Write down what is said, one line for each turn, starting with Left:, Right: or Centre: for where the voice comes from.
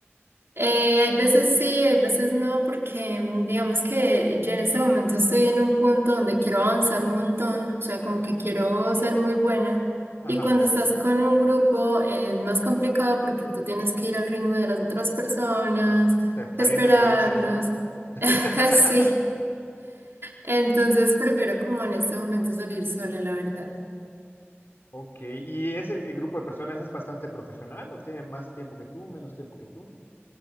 Right: Eh, hay veces sí, hay veces no, porque mm, digamos que yo en este momento estoy en un punto donde quiero avanzar un montón, o sea, como que quiero ser muy buena.
Left: Ajá.
Right: Y cuando estás con un grupo eh, es más complicado porque tú tienes que ir al ritmo de las otras personas,
Left: Te frenan
Right: esperarlos.
Left: tu éxito, ¿no? <laughs>
Right: <laughs> Sí, entonces prefiero como en este momento salir sola, la verdad.
Left: Ok. ¿Y ese grupo de personas es bastante profesional o tiene más tiempo que tú, menos tiempo que tú?